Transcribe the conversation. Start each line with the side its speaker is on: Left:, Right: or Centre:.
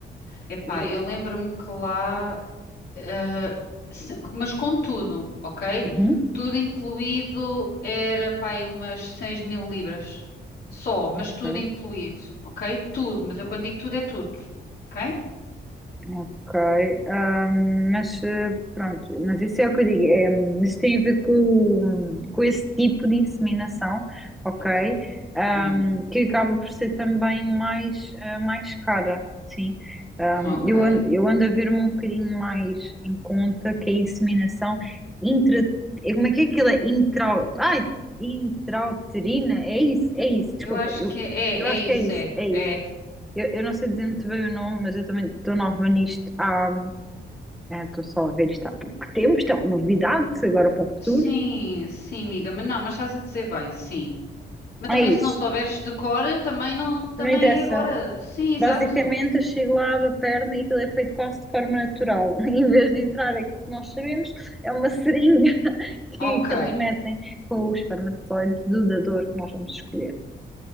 Left: Epá,
Centre: Isso.
Left: eu lembro-me que lá, eh, se- mas com tudo, ok?
Centre: Uhum.
Left: Tudo incluído era, pá, aí umas seis mil libras. Só, mas
Centre: Ok.
Left: tudo incluído, ok? Tudo, mas eu quando digo tudo é tudo, ok?
Centre: Ok, ah, mas eh, pronto, mas isso é o que eu digo, é, mas tem a ver com, com esse tipo de inseminação, ok,
Left: Ok.
Centre: Ah,
Left: Hum,
Centre: que acaba por ser também mais, ah, mais cara, sim. Ah,
Left: ok.
Centre: eu ando, eu ando a ver-me um bocadinho mais em conta que a inseminação intra, eh, como é que é aquilo? É Intra, ai, intrauterina, é isso, é isso, desculpa,
Left: Eu acho
Centre: eu,
Left: que é,
Centre: eu acho
Left: é
Centre: que
Left: isso,
Centre: é isso,
Left: é,
Centre: é isso.
Left: é.
Centre: Eu, eu não sei dizer muito bem o nome, mas eu também estou nova nisto há. é, Estou só a ver isto há pouco tempo, isto é uma novidade, agora para o futuro.
Left: Sim, sim, amiga, mas não, mas estás a dizer bem, sim. Mas também
Centre: É isso,
Left: se não souberes de cor, também não, também
Centre: não interessa.
Left: é agora. Sim, exato.
Centre: Basicamente, eu chego lá, abro a perna e aquilo é feito quase de forma natural. <laughs> Em vez de entrar aquilo que nós sabemos, é uma seringa <laughs> que,
Left: Ok.
Centre: que eles metem com o espermatozoide do dador que nós vamos escolher.